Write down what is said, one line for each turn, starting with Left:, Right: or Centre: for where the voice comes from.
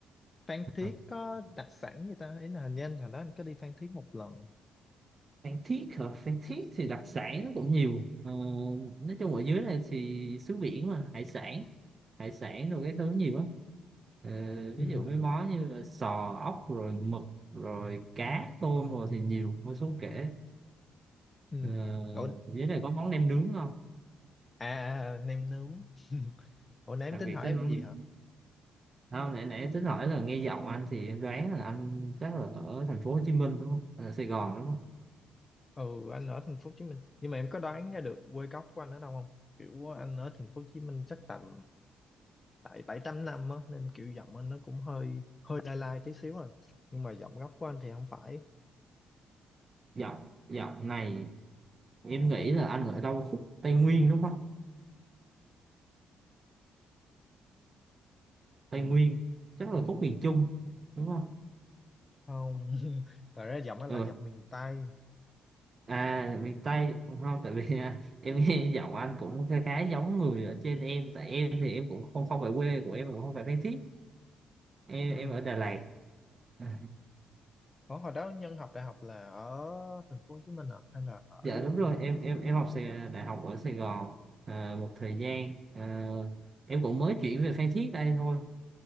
Left: Phan Thiết
Right: Ờ.
Left: có đặc sản gì ta? Ý là hình như anh hồi đó anh có đi Phan Thiết một lần.
Right: Phan Thiết hả? Phan Thiết thì đặc sản nó cũng nhiều. Ờ, nói chung ở dưới này thì xứ biển mà hải sản, hải sản rồi cái thứ nhiều lắm. Ờ, ví
Left: Ừ,
Right: dụ mấy món như là sò, ốc rồi mực rồi cá tôm rồi thì nhiều vô số kể.
Left: ừ.
Right: Ờ,
Left: Ủa,
Right: dưới này có món nem nướng không?
Left: à, à, à, nem nướng. <laughs> Ủa nãy em
Right: Đặc
Left: tính
Right: biệt
Left: hỏi
Right: tới
Left: em
Right: món
Left: gì
Right: nem.
Left: hả?
Right: Không, nãy nãy tính hỏi là nghe giọng anh thì em đoán là anh chắc là ở thành phố Hồ Chí Minh đúng không? Hay Sài Gòn đúng không?
Left: Ừ, anh ở thành phố Hồ Chí Minh. Nhưng mà em có đoán ra được quê gốc của anh ở đâu không? Kiểu anh ở thành phố Hồ Chí Minh chắc tầm tại bảy tám năm á, nên kiểu giọng anh nó cũng hơi hơi lai lai tí xíu rồi. Nhưng mà giọng gốc của anh thì không phải.
Right: Giọng giọng này em nghĩ là anh ở đâu khúc Tây Nguyên đúng không? Tây Nguyên chắc là khúc miền Trung đúng không
Left: Không, <laughs> thật ra giọng anh
Right: ừ.
Left: là giọng miền Tây
Right: à miền Tây không tại vì à, em nghe giọng anh cũng khá khá giống người ở trên em tại em thì em cũng không không phải quê của em cũng không phải Phan Thiết em
Left: Ừ.
Right: em ở Đà Lạt à,
Left: Ủa, hồi đó Nhân học đại học là ở thành phố Hồ Chí Minh à? Hay là ở
Right: dạ đúng rồi em em em học Sài- đại học ở Sài Gòn à, một thời gian à, em cũng mới chuyển về Phan Thiết đây thôi